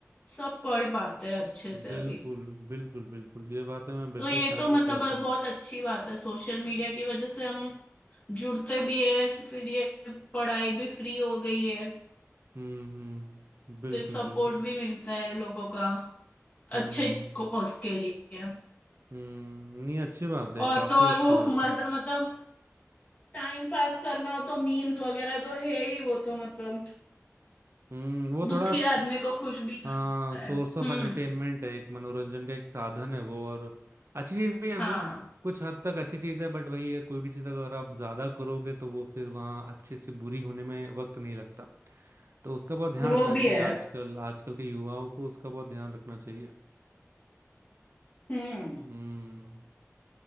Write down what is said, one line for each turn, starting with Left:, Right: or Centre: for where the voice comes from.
Left: सब पढ़ पाते हैं अच्छे से अभी
Right: बिल्कुल बिल्कुल बिल्कुल ये बातें मैं बिल्कुल
Left: तो ये
Right: सहमत
Left: तो मतलब
Right: करता हूँ
Left: बहुत अच्छी बात है सोशल मीडिया की वजह से हम जुड़ते भी है फिर ये पढ़ाई भी फ्री हो गई है
Right: हम्म हम्म बिल्कुल
Left: फिर सपोर्ट
Right: बिल्कुल
Left: भी मिलता है लोगों का
Right: हम्म
Left: अच्छे कॉज के लिए
Right: हम्म नहीं अच्छी बात है
Left: और
Right: काफी
Left: तो और
Right: अच्छी
Left: वो
Right: बात
Left: मजा
Right: है
Left: मतलब टाइम पास करना हो तो मीम्स वगैरह तो है ही वो तो मतलब
Right: हम्म वो
Left: दुखी
Right: थोड़ा स-
Left: आदमी को खुश भी कर
Right: हाँ
Left: सकता
Right: सोर्स
Left: है
Right: ऑफ
Left: हम्म
Right: एंटरटेनमेंट है एक मनोरंजन का एक साधन है वो और अच्छी चीज भी है
Left: हाँ
Right: वो कुछ हद तक अच्छी चीज है बट वही है कोई भी चीज अगर आप ज्यादा करोगे तो वो फिर वहाँ अच्छे से बुरी होने में वक्त नहीं लगता तो उसका बहुत ध्यान
Left: वो
Right: रखना चाहिए
Left: भी है
Right: आजकल आजकल के युवाओं को उसका बहुत ध्यान रखना चाहिए
Left: हम्म
Right: हम्म